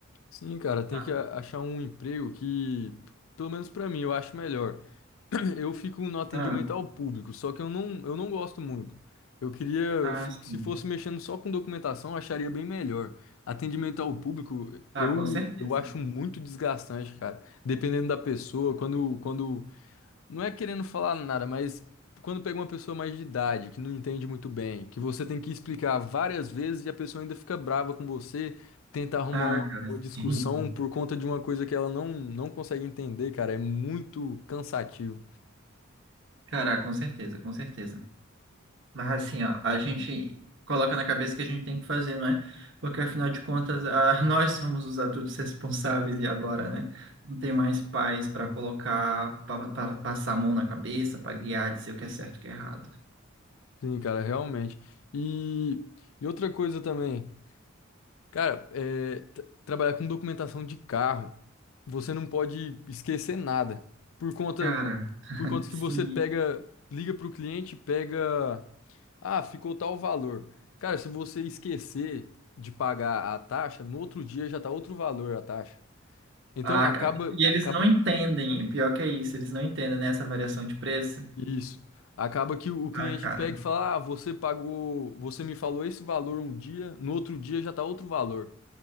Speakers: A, on the left (about 85°); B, on the right (about 65°).
A: Sim, cara, tem
B: Tá.
A: que a- achar um emprego que, pelo menos pra mim, eu acho melhor. <clears throat> Eu fico no atendimento
B: Ah,
A: ao público, só que eu não, eu não gosto muito. Eu queria,
B: ah,
A: fi-
B: sim.
A: se fosse mexendo só com documentação, eu acharia bem melhor. Atendimento ao público,
B: Ah,
A: eu,
B: com certeza.
A: eu acho muito desgastante, cara. Dependendo da pessoa, quando, quando, não é querendo falar nada, mas quando pega uma pessoa mais de idade, que não entende muito bem, que você tem que explicar várias vezes e a pessoa ainda fica brava com você, tenta arrumar
B: Ah,
A: uma,
B: cara,
A: uma discussão
B: sim.
A: por conta de uma coisa que ela não, não consegue entender, cara, é muito cansativo.
B: Cara, com certeza, com certeza. Mas assim, ó, a gente coloca na cabeça que a gente tem que fazer, não é? Porque afinal de contas, a- <laughs> nós somos os adultos responsáveis e agora, né? Não tem mais pais para colocar, para passar a mão na cabeça, para guiar, dizer o que é certo e o que é errado.
A: Sim, cara, realmente. E, e outra coisa também, cara, é, tra- trabalhar com documentação de carro, você não pode esquecer nada. Por conta,
B: Cara,
A: por conta que
B: sim.
A: você pega, liga pro cliente, pega, ah, ficou tal valor. Cara, se você esquecer de pagar a taxa, no outro dia já tá outro valor a taxa. Então
B: A
A: acaba,
B: ca- e
A: acaba
B: eles não entendem, pior que é isso, eles não entendem, né, essa variação de preço.
A: Isso. Acaba que o o cliente
B: Ah, cara.
A: pega e fala: Ah, você pagou, você me falou esse valor um dia, no outro dia já tá outro valor.